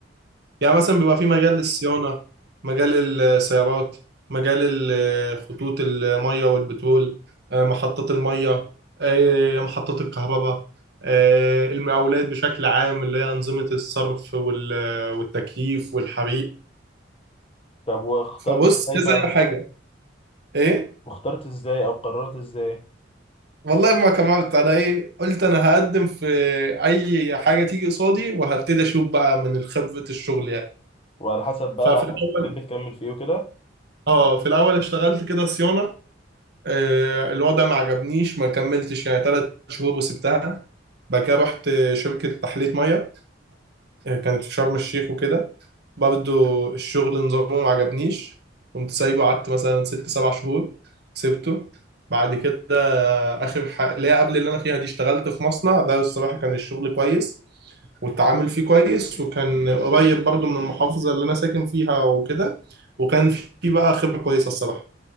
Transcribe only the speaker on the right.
يعني مثلا بيبقى في مجال الصيانة مجال السيارات مجال ال- خطوط المية والبترول آه، محطات المية آه، محطات الكهرباء آه، المقاولات بشكل عام اللي هي أنظمة الصرف وال- والتكييف والحريق
فبص
كذا
حاجة إيه
والله ما كبرت أنا إيه قلت أنا هقدم في أي حاجة تيجي قصادي وهبتدي أشوف بقى من خبرة الشغل يعني
ففي الأول
آه في الأول اشتغلت كده صيانة آه، الوضع ما عجبنيش ما كملتش يعني ثلاث شهور وسبتها بعد كده رحت شركة تحلية مية آه، كانت في شرم الشيخ وكده برضه الشغل نظامه ما عجبنيش قمت سايبه قعدت مثلا ست سبع شهور سبته بعد كده آخر حاجة اللي هي قبل اللي أنا فيها دي اشتغلت في مصنع ده الصراحة كان الشغل كويس والتعامل فيه كويس وكان قريب برضه من المحافظة اللي أنا ساكن فيها وكده وكان في بقى خبرة كويسة الصراحة